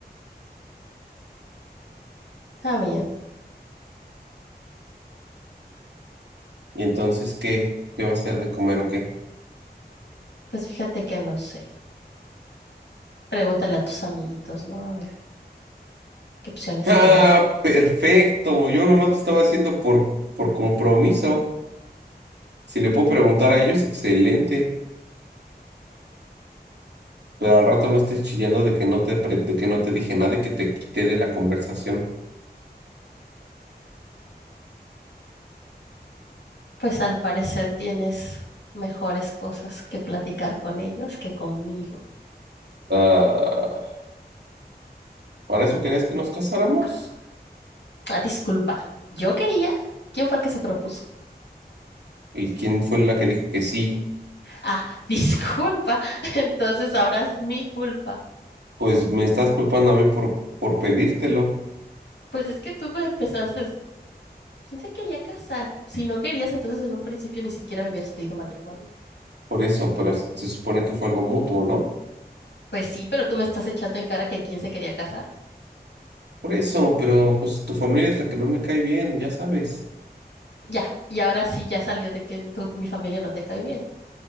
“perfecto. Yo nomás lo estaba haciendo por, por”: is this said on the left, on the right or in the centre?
Right